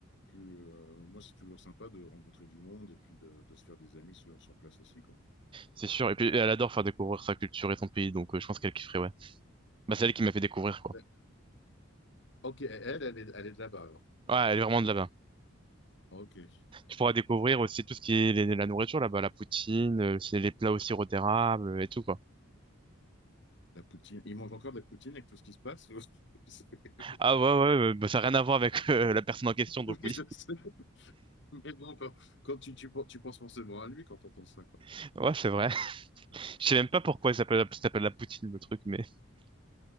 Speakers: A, on the left; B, on the right.
A: plus, euh, moi, c'est toujours sympa de rencontrer du monde et puis de, de se faire des amis sur, sur place aussi, quoi.
B: c'est sûr. Et puis elle adore faire découvrir sa culture et son pays, donc euh, je pense qu'elle kifferait, ouais. Bah, c'est elle qui m'a fait découvrir, quoi.
A: Ouais. Ok, elle, elle est, elle est de là-bas, alors.
B: Ouais,
A: D'accord.
B: elle est vraiment de là-bas.
A: Ok. Euh,
B: Tu pourras découvrir aussi tout ce qui est les- la nourriture là-bas, la poutine, euh, c'est les plats au sirop d'érable euh, et tout, quoi.
A: la poutine. Ils mangent encore de la poutine avec tout ce qui se passe? ou- <laughs>
B: Ah ouais, ouais, euh, bah, ça n'a rien à voir avec euh, la personne en question, donc
A: Oui,
B: oui.
A: je sais. Mais bon, quand, quand tu, tu, penses tu penses forcément à lui quand on entends ça,
B: <laughs> Ouais, c'est vrai. <laughs> Je sais même pas pourquoi ça s'appelle la ça s'appelle la poutine, le truc, mais... <laughs>